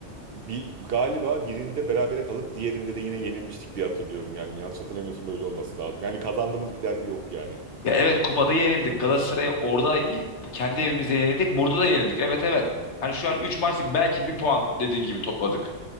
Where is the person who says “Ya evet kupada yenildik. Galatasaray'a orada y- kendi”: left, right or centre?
Left